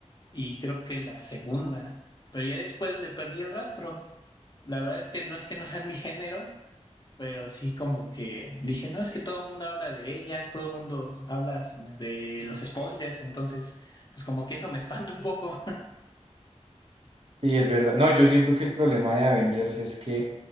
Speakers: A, on the left; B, on the right.
A: y creo que la segunda, pero ya después le perdí el rastro. La verdad es que no es que no sea mi género, pero sí como que dije, no, es que todo el mundo habla de ellas, todo el mundo habla de los spoilers, entonces, pues como que eso me espanta un poco.
B: Y es verdad. No, yo siento que el problema de Avengers es que